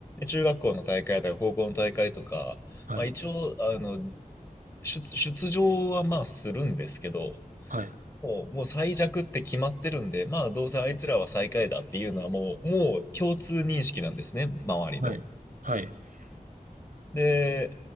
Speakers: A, on the left; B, on the right.
A: 中学校の大会とか高校の大会とか、
B: はい。
A: まあ一応、あの、出、出場はまあするんですけど、
B: はい。
A: もう、もう最弱って決まってるんで、まあどうせあいつらは最下位だっていうのはもう、もう共通認識なんですね、周りの。
B: はい。はい。<laughs>
A: で、